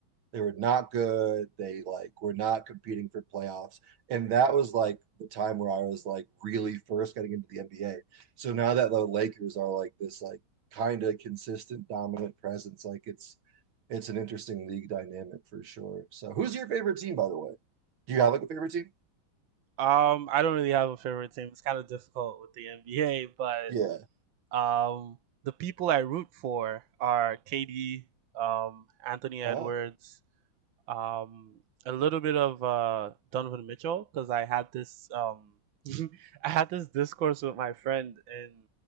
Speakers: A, on the right; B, on the right.
A: they were not good. They like were not competing for playoffs. And that was like the time where I was like really first getting into the NBA. So now that the Lakers are like this like kind of consistent dominant presence, like it's it's an interesting league dynamic for sure. So who's your favorite team by the way? Do you have like a favorite team?
B: Um, I don't really have a favorite team. It's kind of difficult with the NBA, but
A: Yeah.
B: um, the people I root for are KD, um, Anthony Edwards,
A: Oh.
B: um, a little bit of uh, Donovan Mitchell because I had this um, <laughs> I had this discourse with my friend and